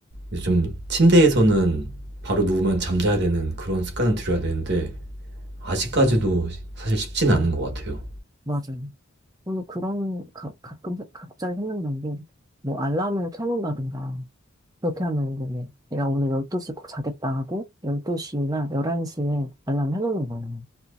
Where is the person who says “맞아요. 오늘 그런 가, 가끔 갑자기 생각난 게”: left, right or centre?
Right